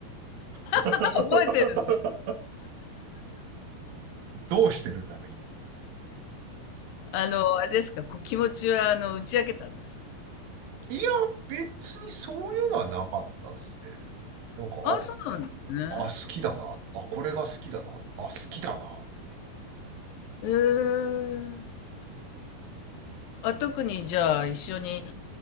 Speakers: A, on the right; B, on the left.
A: <laughs>
B: あ覚えてる。
A: どうしてるんだろう、
B: あの、あれですか、こう気持ちは、あの、打ち明けたんですか
A: いいや、別にそういうのはなかったですね。なんか、
B: ああ、そうなんですね。
A: あ、あ、好きだな。あ、これが好きだな。あ、好きだなっていう。
B: へえ。あ、特にじゃあ、一緒に